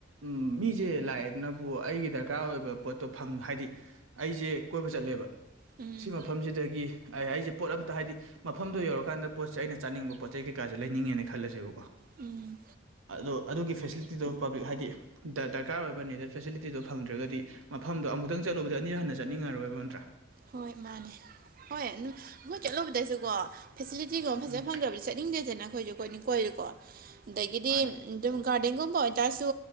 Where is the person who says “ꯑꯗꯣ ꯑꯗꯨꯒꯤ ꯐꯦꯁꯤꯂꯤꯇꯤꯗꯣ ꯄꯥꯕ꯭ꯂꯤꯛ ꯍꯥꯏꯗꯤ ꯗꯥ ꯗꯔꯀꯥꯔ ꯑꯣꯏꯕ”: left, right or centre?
Right